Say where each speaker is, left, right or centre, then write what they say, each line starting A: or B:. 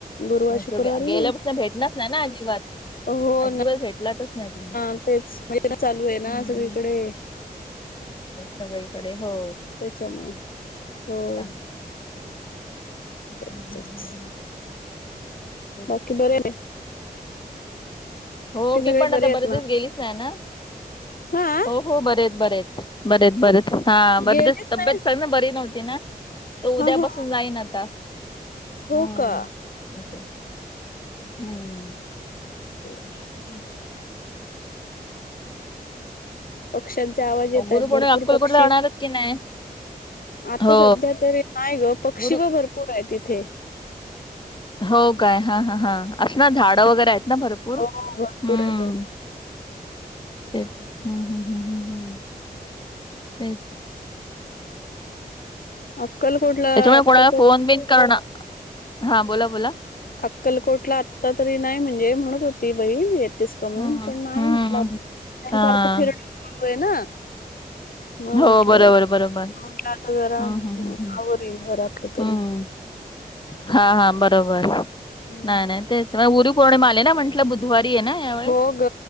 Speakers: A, on the left; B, on the left.
A: गुरुवार
B: मं
A: शुक्रवारी
B: तुम्ही, गेल्यापासनं भेटलाच नाही ना अजिबात.
A: अ हो...
B: अजिबात
A: ना...
B: भेटलातच नाही तुम्ही
A: <inaudible> तेच. चालूये
B: हम्म.
A: ना सगळीकडे.
B: सगळीकडे. हो
A: त्याच्यामुळे.... होय.
B: चांगले हम्म,
A: तेच...
B: हम्म,
A: तेच...
B: हम्म. तेच.
A: बाकी बर आहे....
B: हो..
A: बाकी
B: मी
A: सगळे
B: पण आता
A: बरे आहेत
B: बरेच दिवस
A: ना
B: गेलीच नाही ना,
A: हा
B: हो.... हो... बरेत, बरेेत, बरेच, बरच हा बरस
A: गेलेच
B: तब्येत
A: नाही
B: सांग ना बरी नव्हती ना? तो
A: हा
B: उद्यापासून
A: हा
B: जाईन आता...
A: हो
B: हम्म
A: का...
B: हम्म.....
A: ठी <unintelligible>
B: अे
A: <inaudible>
B: <inaudible> <inaudible>
A: पक्ष्यांचे आवाज येत आहेत
B: गुरुपोर्णिला
A: भरपूर
B: अक्कलकोटला
A: पक्षी
B: जाणारच कि नाही?
A: आता
B: हो
A: सध्या तरी नाही ग पक्षी
B: गुरु
A: व भरपूर आहे, तिथे
B: हो काय, हा... हा... हा... असं ना झाडं वगैरे आहेत. ना भरपूर
A: हो... भरपूर
B: हम्म
A: आहे. भरपूर
B: तेच, हम्... हम्... हम्म... हम्... हम्... तेच
A: अक्कलकोटला
B: त्याच्यामुळे,
A: आत्ता
B: कोणाला
A: तर
B: फोन बिन करणार. हा बोला.. बोला....
A: अक्कलकोटला आत्ता तरी नाही. म्हणजे, म्हणत होती बहीण येत तेस का म्हणून,
B: हम्म
A: पण नाही
B: हम्म
A: म्हटलंसारखं
B: हम्म. हा
A: फिरण चालू आहे. ना मग
B: हो
A: म्हटलं.
B: बरोबर बरोबर
A: म्हटलं आता जरा
B: हम्म हम्म हम्म हम्म
A: आवर येईल घरातलं तरी
B: हम्म हा... हा... बरोबर
A: हम्म.
B: नाही.. नाही.. तेच- गुरु पोर्णिमा आली ना म्हटलं बुधवारी आहे ना? त्यामुळे
A: हो ग